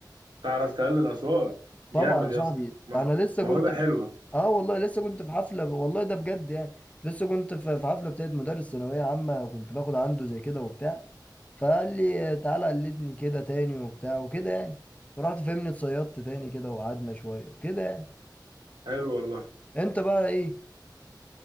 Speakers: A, on the right; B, on the left.
A: تعرف تقلل اصوات
B: طبعا
A: جامد
B: يا
A: يا
B: صاحبي
A: اسطى ما-
B: انا لسه
A: موهبه
B: كنت
A: حلوه
B: في اه والله لسه كنت في حفله والله ده بجد يعني لسه كنت في في حفله بتاعت مدرس ثانويه عامه كنت باخد عنده زي كده وبتاع فقال لي تعالى قلدني كده تاني وبتاع وكده يعني ورحت فهمني اتصيدت تاني كده وقعدنا شويه وكده يعني
A: حلو والله
B: انت بقى ايه